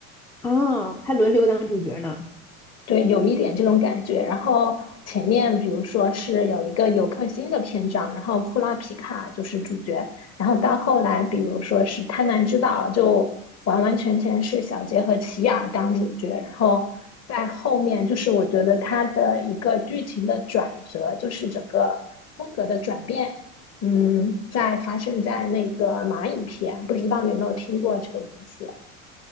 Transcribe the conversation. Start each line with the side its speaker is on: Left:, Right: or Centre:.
Centre: 哦，还轮流当主角呢。
Left: 对，有一点这种感觉。然后前面比如说是有一个尤克星的篇章，然后库拉皮卡就是主角，然后到后来比如说是贪婪之岛，就完完全全是小杰和奇亚当主角。然后在后面就是我觉得他的一个剧情的转折，就是整个风格的转变，嗯，在发生在那个蚂蚁篇，不知道你有没有听过这个名字？